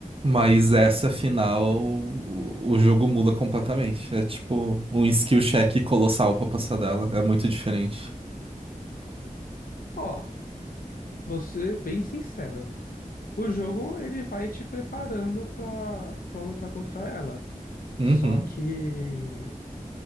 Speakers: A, on the right; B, on the left.
A: Mas essa final, o, o jogo muda completamente. É tipo um skill check colossal pra passar dela. É muito diferente.
B: Ó, vou ser bem sincero. O jogo, ele vai te preparando pra, pra lutar contra ela.
A: Uhum.
B: Só que